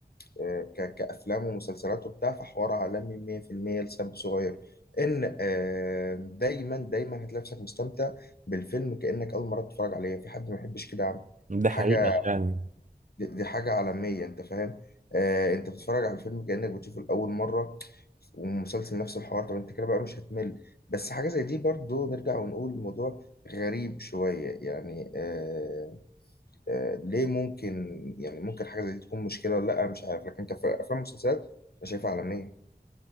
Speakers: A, on the left (about 65°); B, on the right (about 50°).
A: آه، ك- كأفلام ومسلسلات وبتاع فحوار عالمي 100% لسبب صغير إن آه، دايما دايما هتلاقي نفسك مستمتع بالفيلم كأنك أول مرة تتفرج عليه في حد ما يحبش كده يا عم
B: ده
A: دي
B: حقيقه
A: حاجة
B: يعني
A: دي دي حاجة عالمية أنت فاهم آه، أنت بتتفرج على الفيلم كأنك بتشوفه لأول مرة ومسلسل نفس الحوار طب أنت كده بقى مش هتمل بس حاجة زي دي برضو نرجع ونقول الموضوع غريب شوية يعني آه، آه، ليه ممكن يعني ممكن حاجة زي دي تكون مشكلة ولا لأ مش عارف لكن كأفلام ومسلسلات أنا شايفها عالمية